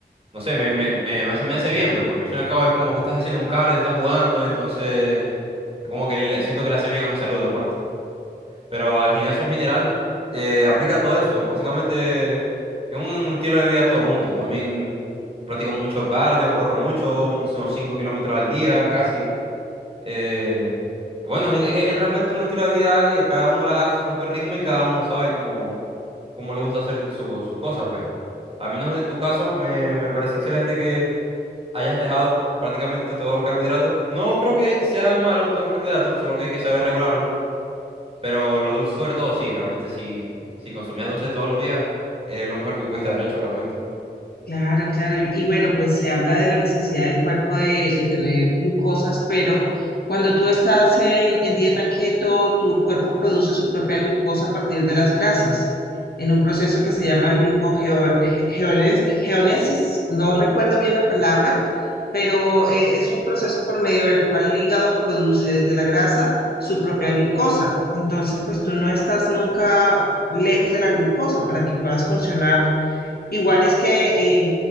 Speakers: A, on the right (about 35°); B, on the left (about 60°).
A: No sé, me, me, me, me hace, me hace bien, pues, porque al fin y al cabo es como que estás haciendo un cardio, estás jugando, entonces como que le- siento que le hace bien a mi salud, aparte. Pero el gimnasio en general eh, aplica todo eso, que básicamente es un estilo de vida todo junto. También practico mucho cardio, corro mucho, unos 5 kilómetros al día casi. Eh, bueno, es, es- es realmente un estilo de vida y cada uno le agarra su propio ritmo y cada uno sabe cómo, cómo le gusta hacer su- sus cosas, pues. Al menos en tu caso, me, me parece excelente que hayas dejado prácticamente todos los carbohidratos. No creo que sean malos todos los carbohidratos, solo que hay que saber regularlos. Pero los dulces sobre todo, sí, realmente si, si consumías dulces todos los días, es lo mejor que pudiste haber hecho realmente.
B: Claro, claro. Y, y bueno, pues se habla de la necesidad del cuerpo de, de tener glucosas, pero cuando tú estás en, en dieta keto, tu cuerpo produce su propia glucosa a partir de las grasas, en un proceso que se llama glucogeonesis. No recuerdo bien la palabra, pero eh, es un proceso por medio del cual el hígado produce de la grasa su propia glucosa. Entonces, pues tú no estás nunca lejos de la glucosa para que puedas funcionar Igual es que eh,